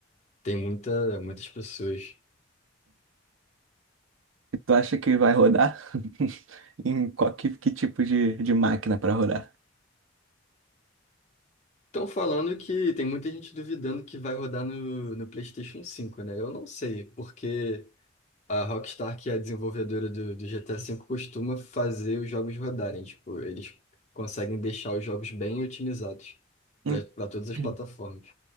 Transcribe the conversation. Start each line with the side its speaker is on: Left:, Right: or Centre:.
Left: tem muita, muitas pessoas.
Right: E tu acha que vai rodar? <laughs> Em qual que, que tipo de, de máquina para rodar?
Left: Estão falando que tem muita gente duvidando que vai rodar no, no PlayStation 5, né? Eu não sei, porque a Rockstar, que é a desenvolvedora do, do GTA V, costuma fazer os jogos rodarem. Tipo, eles conseguem deixar os jogos bem otimizados para
Right: Hum,
Left: todas as
Right: <clears throat>
Left: plataformas.